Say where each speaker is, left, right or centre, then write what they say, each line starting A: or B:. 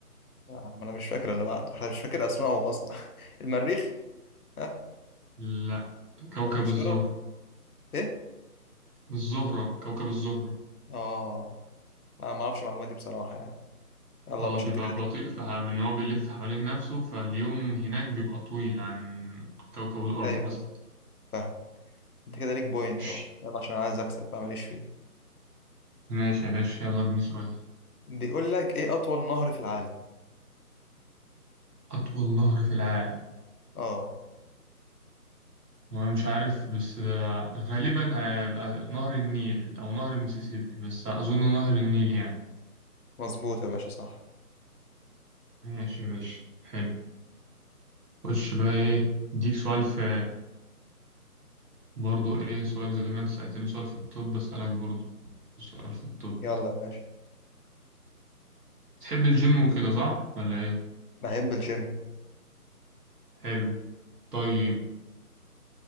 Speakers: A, on the left (about 65°); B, on the right (about 80°).
A: آه، ما أنا مش فاكر اللي بعده أنا مش فاكر أسمائهم أصلا <laughs> المريخ ها
B: لا كوكب
A: المشتري
B: الزهر
A: إيه
B: الزهرة كوكب الزهرة
A: آه أنا ما أعرفش المعلومات دي بصراحة يعني يلا
B: اه
A: يا باشا
B: بيبقى
A: أنت كده
B: بطيء
A: ليك
B: في ح- ان هو بيلف حوالين نفسه فاليوم هناك بيبقى طويل عن كوكب الأرض
A: <laughs> أيوه
B: مثلا
A: أيوه فاهم أنت كده ليك بوينت
B: ماشي
A: أهو يلا عشان أنا عايز أكسب بقى ماليش فيه
B: ماشي يا باشا يلا اديني سؤال
A: بيقول لك إيه أطول نهر في العالم
B: أطول نهر في العالم
A: آه
B: هو مش عارف بس آه، غالبا هيبقى نهر النيل أو نهر المسيسيبي بس أظن نهر النيل يعني
A: مظبوط يا باشا صح
B: ماشي يا باشا حلو خش بقى ايه اديك سؤال في برضو ايه سؤال زي ما انت سألتني سؤال في الطب بسألك برضو سؤال في الطب
A: يلا يا باشا
B: تحب الجيم وكده صح ولا ايه
A: بحب الجيم
B: حلو طيب